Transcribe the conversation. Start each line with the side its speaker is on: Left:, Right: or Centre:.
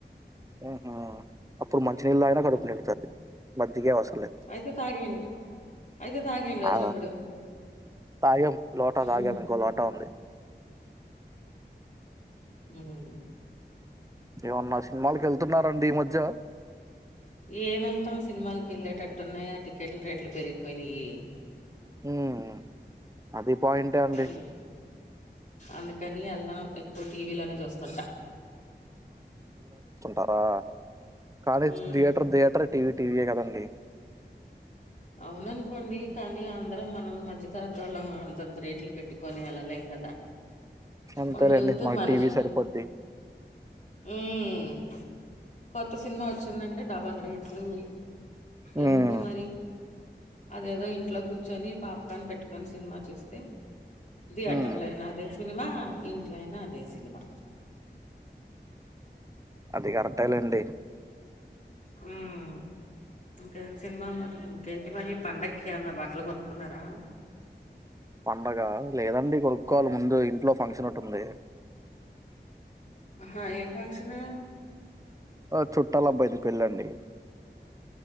Right: ఉహు అప్పుడు మంచి నీళ్ళు తాగిన
Left: హ్మ్.
Right: కడుపు నిండుతాది. మజ్జిగే అవస్
Left: అయితే తాగేండి. అయితే తాగేండి ఓ
Right: ఆ
Left: చెంబుడు.
Right: తాగాం లోటా
Left: ఉహ్
Right: తాగాం
Left: హు
Right: ఇంకో లోటా ఉంది
Left: ఉహ్మ్
Right: ఏవన్నా సినిమాలకి వెళ్తున్నారండి ఈ మధ్య
Left: ఏం వెళ్తాం సినిమాలకి వెళ్ళేటట్టున్నాయా టికెట్ల రేట్లు పెరిగిపోయినయి
Right: ఉమ్ అది పాయింటే అండి
Left: అందు అందుకని ఎల్లం ఎక్కువ టీవీలోనే చూస్తుంటా
Right: టరా కానీజ్
Left: హ్మ్.
Right: థియేటర్ థియేటరే టీవీ టీవీయే కదండి
Left: అవుననుకోండి కానీ అందరం మనం మధ్య తరగతోళ్ళం అంతంత రేట్లు పెట్టుకొని ఎల్లలేం కదా
Right: అంతేలేండి
Left: మనం వెళ్తే
Right: మాకు
Left: మనిషి
Right: టీవీ సరిపోద్ది
Left: మ్ కొత్త సినిమా వచ్చిందంటే డబల్ రేట్లు
Right: ఉమ్
Left: ఎందుకు మరి అదేదో ఇంట్లో కూర్చొని, పాప్కార్న్ పెట్టుకొని సినిమా చూస్తే థియేటర్లో
Right: ఉమ్
Left: అయినా అదే సినిమా ఇంట్లో అయినా అదే సినిమా
Right: అది కరెక్టే లేండి
Left: ఉమ్ ఇంక సినిమా మరి ఇంకేంటి మరి పండకి కి ఏమన బట్టలు కొనుక్కున్నారా
Right: పండగ లేదండి కొడుక్కోవాలి ముందు ఇంట్లో ఫంక్షన్ ఒక్కటి ఉంది
Left: ఆహా ఏం ఫంక్షను
Right: ఆ చుట్టాల అబ్బాయిది పెళ్ళండి